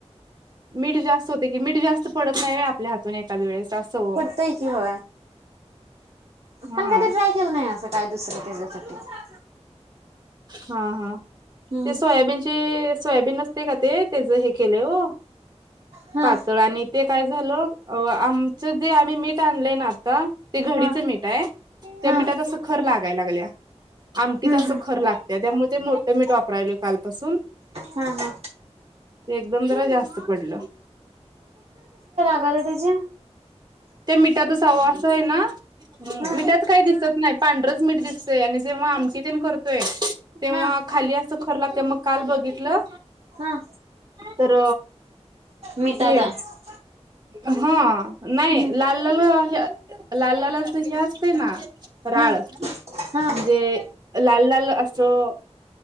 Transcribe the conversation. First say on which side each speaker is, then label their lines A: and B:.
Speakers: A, on the right; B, on the right.
A: मीठ जास्त होते की, मीठ जास्त पडत नाही होय, आपल्या हातून एखाद्या वेळेस असं ओ.
B: होतंय की हो,
A: हा.
B: पण कधी ट्राय केलं नाही, असं काय दुसरं तिसऱ्या त्याच्यासाठी.
A: हा-हा.
B: हम्म.
A: ते सोयाबीनचे सोयाबीन नसतं का ते, त्याच हे केले आहे ओ.
B: हा
A: पातळ आणि ते काय झालं आम तर जे आम्ही मीठ आणलंय ना आता, ते घडीचं
B: हा
A: मीठ हाय. त्या
B: हा
A: मिठात अस खर लागायला लागल्या. आम तिथं
B: हम्
A: अस
B: हम
A: खर लागत्या. त्यामुळे ते मोठं मीठ वापरालोय कालपासून.
B: हा हा
A: ते एकदम जरा जास्त पडलं.
B: आरे त्याच्या.
A: ते मिठात असवं असं आहे ना,
B: हा
A: मिठात काही दिसत नाही. पांढरच मीठ दिसतय, आणि जेव्हा आमटी ते करतोय तेव्हा
B: हा
A: खाली अस खर लागत्या मग काल बघितलं
B: हा
A: तर
B: मिठात
A: हे
B: आहे
A: हम्म, नाही
B: हम्
A: लाल-लाल लाल-लाल अस हे असते ना, राळ,
B: हा हा
A: म्हणजे लाल-लाल असं,